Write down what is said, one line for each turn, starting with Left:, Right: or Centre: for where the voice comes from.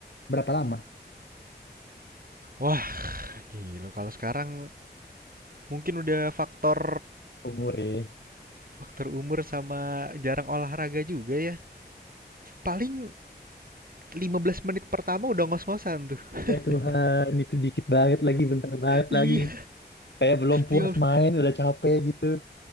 Left: berapa lama
Right: Wah, gila kalau sekarang mungkin udah faktor
Left: umurnya?
Right: faktor umur sama jarang olahraga juga ya. Paling 15 menit pertama udah ngos-ngosan tuh. <laughs>
Left: Ya Tuhan, itu dikit banget lagi, bentar banget
Right: Iya,
Left: lagi. Kayak belum puas
Right: 15.
Left: main, udah capek gitu.